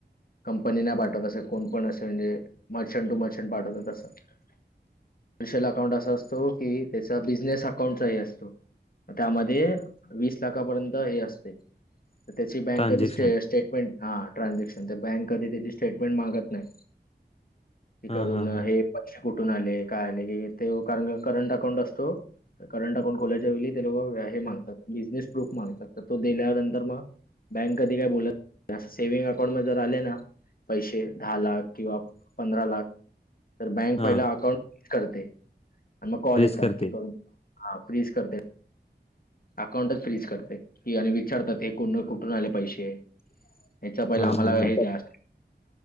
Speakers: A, on the left; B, on the left.
A: कंपनी नाहीं पाठवंत असे कोणं पणं असे म्हणजे मर्चंट टूं मर्चं पाठवतांत असं कमर्शिल अकाउंट असां असतो की त्यांचा बिझनेस अकाउंट नाहीं असतों. त्यामध्ये वीस लाखापर्यंत हे असते तर त्याची बँक
B: ट्रान्झॅक्शन
A: कधी स्टे स्टेटमेंट हा ट्रान्झॅक्शन तर बँक कधी त्याची स्टेटमेंट मागत नाही. ते
B: हा
A: करून
B: हा हा
A: हे पैसे कुठून आले काय आले की ते कारण करंट अकाउंट असतो. करंट अकाउंट खोल्याच्या वेळी ते लोक हे मागतात बिझनेस प्रूफ मागतात तो दिल्यानंतर मग बँक कधी काय बोलत अस सेव्हंग अकाउंट मध्ये जर आलेना पैसे दहा लाख किंवा पंधरा लाख तर बँक
B: हा
A: पहिला अकाउंट फ्रिज करते आणि मग कॉल
B: फ्रीज
A: येतात
B: करते
A: की करून हा फ्रीज करते. अकाउंटच फ्रीज करते की आणि विचारतात हे कोण कुठून आले पैसे? याच्या पहिले
B: हा
A: आम्हाला
B: हा हा
A: हे द्या